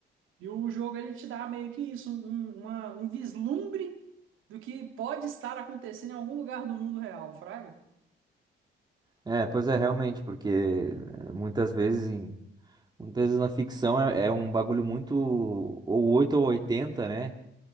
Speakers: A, on the right; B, on the right.
A: E o jogo, ele te dá meio que isso, um, um, uma, um vislumbre do que pode estar acontecendo em algum lugar do mundo real, fraga?
B: É, pois é, realmente, porque eh, muitas vezes em, muitas vezes na ficção é, é um bagulho muito ou 8 ou 80, né?